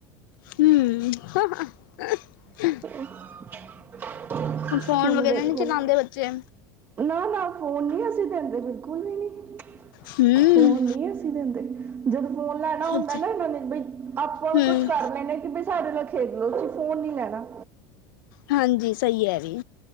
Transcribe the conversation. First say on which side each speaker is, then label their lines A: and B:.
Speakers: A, on the left; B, on the right.
A: ਹੂ, ਹ, ਹ, ਹ
B: <inaudible>
A: ਫੋਨ
B: ਹੁਣ
A: ਵਗੈਰਾ
B: ਵੇਖੋ
A: ਨਹੀ ਚਲਾਉਂਦੇ ਬੱਚੇ?
B: ਨਾ ਨਾ ਫੋਨ ਨੀ ਅਸੀਂ ਦਿੰਦੇ ਬਿਲਕੁਲ ਵੀ ਨੀ।
A: ਹੂੰ,
B: ਫੋਣ ਨੀ ਅਸੀਂ ਦਿੰਦੇ। ਜਦੋਂ ਫੋਨ ਲੈਣਾ ਹੁੰਦਾ
A: ਅੱਛਾ।
B: ਨਾ ਇਹ ਨੇ ਬਈ ਆਪਾਂ
A: ਹੂੰ,
B: ਕੁੱਛ ਕਰ ਲੈਣੇ ਕਿ ਬ ਸਾਡੇ ਨਾਲ ਖੇਡ ਲਓ ਤੁਸੀ ਫੋਨ ਨਹੀਂ ਲੈਣਾ।
A: ਹਾਂਜੀ ਸਹੀ ਹੈ ਵੀ।